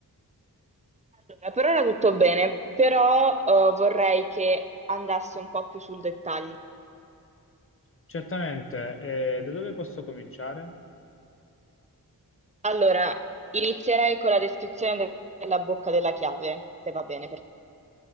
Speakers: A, on the right (about 20°); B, on the left (about 35°).
A: Allora, per ora tutto bene, però eh, vorrei che andasse un po' più sul dettaglio.
B: Certamente, eh, da dove posso cominciare?
A: Allora, inizierei con la descrizione de- della bocca della chiave, se va bene per